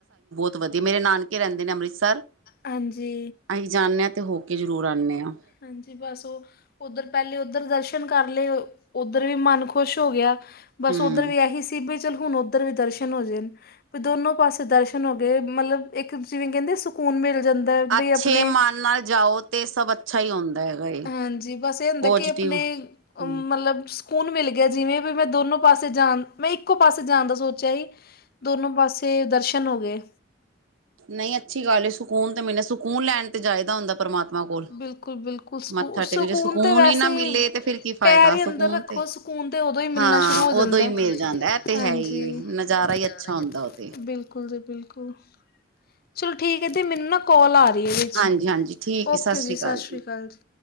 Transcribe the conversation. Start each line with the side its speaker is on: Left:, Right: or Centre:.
Right: ਬੋਤ ਵਧੀਆ ਮੇਰੇ ਨਾਨਕੇ ਰੈਂਦੇ ਨੇ ਅੰਮ੍ਰਿਤਸਰ।
Left: ਹਾਂਜੀ।
Right: ਅਹੀ ਜਾਂਨੇ ਆ ਤੇ ਹੋ ਕੇ ਜ਼ਰੂਰ ਆਂਨੇ ਆ।
Left: ਹਾਂਜੀ ਬਸ ਓ ਓਧਰ ਪੈਲੇ ਓਧਰ ਦਰਸ਼ਨ ਕਰ ਲਏ ਓਧਰ ਵੀ ਮਨ ਖੁਸ਼ ਹੋ ਗਿਆ। ਬਸ
Right: ਹਮ
Left: ਓਧਰ ਵੀ ਐਹੀ ਸੀ ਬਈ ਚੱਲ ਹੁਣ ਓਧਰ ਵੀ ਦਰਸ਼ਨ ਹੋ ਜੇ। ਵੀ ਦੋਨੋਂ ਪਾਸੇ ਦਰਸ਼ਨ ਹੋ ਗਏ ਮਤਲਬ ਏਕ ਜਿਵੇਂ ਕੈਂਦੇ ਸਕੂਨ ਮਿਲ ਜਾਂਦਾ।
Right: ਅੱਛੇ
Left: ਬਈ ਆਪਣੇ
Right: ਮਨ ਨਾਲ ਜਾਓ ਤੇ ਸਭ ਅੱਛਾ ਈ ਹੁੰਦਾ ਹੈਗਾ ਏ।
Left: ਹਾਂਜੀ ਬਸ ਏਹ ਹੁੰਦਾ
Right: ਪੋਜ਼ਟਿਵ
Left: ਕਿ ਆਪਣੇ,
Right: ਹਮ
Left: ਮਤਲਬ ਸਕੂਨ ਮਿਲ ਗਿਆ ਜਿਵੇਂ ਵੀ ਮੈਂ ਦੋਨੋ ਪਾਸੇ ਜਾਣ ਮੈਂ ਇੱਕੋ ਪਾਸੇ ਜਾਣ ਦਾ ਸੋਚਿਆ ਸੀ। ਦੋਨੋ ਪਾਸੇ ਦਰਸ਼ਨ ਹੋ ਗਏ।
Right: ਨਈ ਅੱਛੀ ਗੱਲ ਏ ਸਕੂਨ ਤੇ ਮਿਲੇ ਸਕੂਨ ਲੈਣ ਤੇ ਜਾਇਦਾ ਹੁੰਦਾ ਪਰਮਾਤਮਾ ਕੋਲ
Left: ਬਿਲਕੁਲ-ਬਿਲਕੁਲ ਸਕੂ
Right: ਮੱਥਾ ਟੇਕ
Left: ਸਕੂਨ
Right: ਜੇ
Left: ਤੇ ਵੈਸੇ
Right: ਹੀ ਨਾ ਮਿਲੇ ਤੇ ਫਿਰ ਕੀ
Left: ਪੈਰ
Right: ਫਾਇਦਾ
Left: ਈ ਅੰਦਰ
Right: ਸਕੂਨ
Left: ਰੱਖੋ
Right: ਤੇ
Left: ਸਕੂਨ ਤੇ ਓਦੋਂ ਈ
Right: ਹਾਂ
Left: ਮਿਲਣਾ ਸ਼ੁਰੂ ਹੋ ਜਾਂਦਾ
Right: ਉਦੋਂ ਹੀ
Left: ਐ,
Right: ਮਿਲ ਜਾਂਦਾ ਇਹ ਤੇ
Left: ਹਾਂਜੀ
Right: ਹੈ ਹੀ
Left: ਬਿਲਕੁ
Right: ਨਜ਼ਾਰਾ ਹੀ ਅੱਛਾ ਹੁੰਦਾ ਉਹ ਤੇ
Left: ਬਿਲਕੁਲ ਜੀ ਬਿਲਕੁਲ ਚਲੋ ਠੀਕ ਐ ਤੇ ਮੈਨੂੰ ਨਾ ਕੋਲ ਆ ਰੀ ਏ ਇਹਦੇ ਚ
Right: ਜੀ ਹਾਂਜੀ ਠੀਕ
Left: ਓਕੇ
Right: ਹੈ ਸਤਿ
Left: ਜੀ ਸਾਸ
Right: ਅਕਾਲ
Left: ਸ਼੍ਰੀ ਕਾਲ ਜੀ।